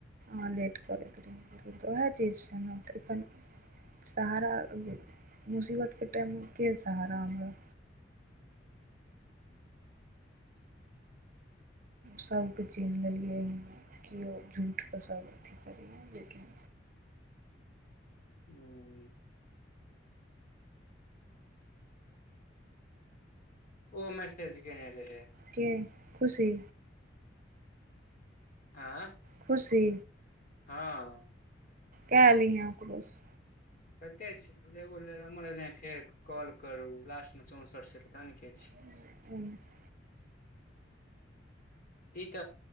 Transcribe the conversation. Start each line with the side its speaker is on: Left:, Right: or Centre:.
Right: आ लेट करैत रहै त ओहे चीज छै न त सहारा मुसीबतके टाइममे के सहारा हमरा सभबके चिन्ह लेलियै हन कि ओ झूठ पस अथ करीए लेकिन
Left: हूं ओ मैसेज केने रहै
Right: के खुशी
Left: आँ
Right: खुशी
Left: हँ
Right: कै लिहे ओकरो से
Left: कते छै एगो नमर एले फेर कॉल करू लास्ट मे चौंसठ से पता नइ के छै
Right: ह <inaudible>
Left: ई त